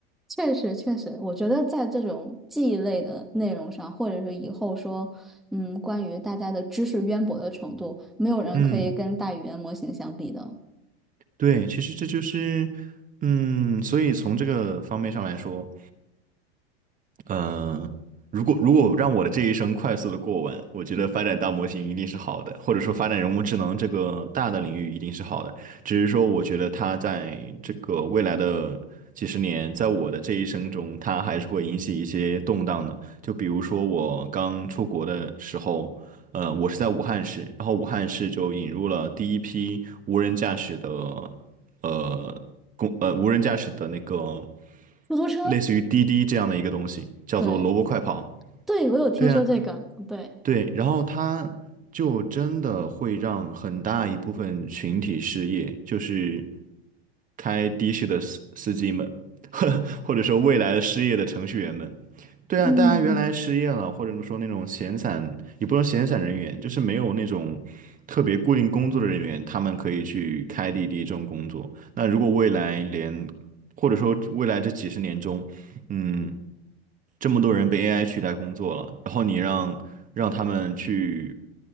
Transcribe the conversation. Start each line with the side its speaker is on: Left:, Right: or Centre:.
Centre: 确实，确实，我觉得在这种记忆类的内容上，或者是以后说，嗯，关于大家的知识渊博的程度，没有人可以跟大语言模型相比的。
Right: 嗯，对，其实这就是，嗯，所以从这个方面上来说。嗯，呃如果如果让我的这一生快速的过完，我觉得发展大模型一定是好的，
Centre: 嗯，
Right: 或者说发展人工智能这个大的领域一定是好的。只是说，我觉得它在这个未来的几十年，在我的这一生中，它还是会引起一些动荡的。就比如说我刚出国的时候，呃，我是在武汉市，然后武汉市就引入了第一批无人驾驶的。呃公呃无人驾驶的那个
Centre: 出租车，
Right: 类似于滴滴这样的一个东西，叫做萝卜快跑。
Centre: 对，对，我有听说这个，
Right: 对啊，
Centre: 对，
Right: 对，然后他就真的会让很大一部分群体失业，就是开的士的司司机们，<laughs> 或者说未来的失业的程序员们。对啊，
Centre: 嗯，
Right: 大家原来失业了，或者说那种闲散，也不能闲散人员，就是没有那种特别固定工作的人员，他们可以去开滴滴这种工作。那如果未来连，或者说未来这几十年中，嗯。这么多人被 AI 取代工作了，然后你让让他们去